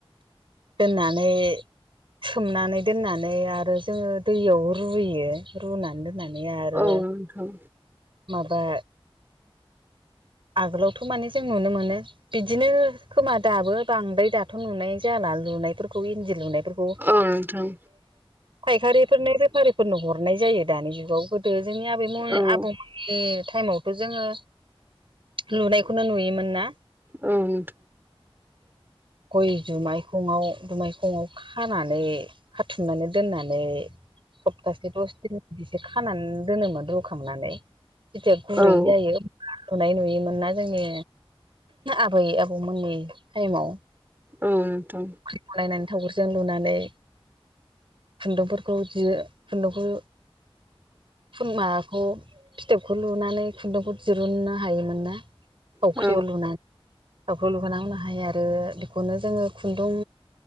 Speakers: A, on the right (about 60°); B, on the right (about 20°).
A: दोननानै सोमनानै दोननानै आरो जोङो दैयाव रुयो रुनानै दोननानै आरो
B: औ नोंथां
A: माबा आगोलावथ' माने जों नुनो मोनो बिदिनो खोमा दाबो बांद्राय दाथ' नुनाय जाला लुनायफोरखौ इन्दि लुनायखौ
B: औ नोंथां
A: फायखारिफोरनो बेफारिफोरनो हरनाय जायो दानि जुगाव गो बे जोंनि आबैमोननि
B: औ
A: आबौमोननि टाइमावथ' जोङो लुनायखौनो नुयोमोन ना
B: ओं।
A: गय जुमायखंङाव दुमायखंङआव खानानै हाथुमनानै दोननानै सप्तासे दस दिन बिदिसो खानानै दोनोमोन रुखांनानै जेथिया गुरै
B: औ
A: जायो <unintelligible> <unintelligible> मोना जोंनि आबै आबौमोननि टाइमाव
B: औथ'
A: फ्रिखौलायनानै थावगुरजों लुनानै खुन्दुंफोरखौ बिदिनो खुन्दुंखौ खुरमाखौ फिथोबखौ लुनानै खुन्दुंखौ दिरुननो हायोमोन ना सावख्रियाव
B: औ
A: लुनानै सावख्रियाव लुहां होनो हायो आरो बेखौनो जोङो खुन्दुं